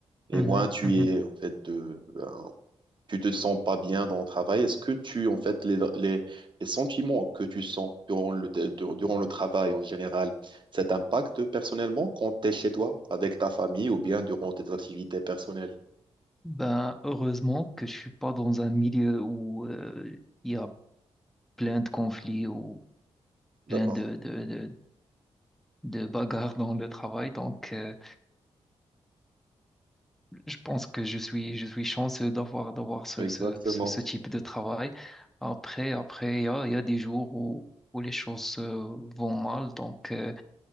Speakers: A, on the right; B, in the centre.
A: Et
B: mhm,
A: moi, tu
B: mhm.
A: es en fait euh, tu te sens pas bien dans le travail, est-ce que tu, en fait, les, les, les sentiments que tu sens durant le, dur- durant le travail en général, ça t'impacte personnellement quand tu es chez toi, avec ta famille ou bien durant tes activités personnelles?
B: Ben, heureusement que je suis pas dans un milieu où euh, il y a plein de conflits ou plein
A: D'accord,
B: de, de, de, de bagarres dans le travail. Donc, euh, Je pense que je suis, je suis chanceux d'avoir, d'avoir ce,
A: exactement.
B: ce, ce, ce type de travail. Après, après, il y a, il y a des jours où, où les choses euh, vont mal, donc euh,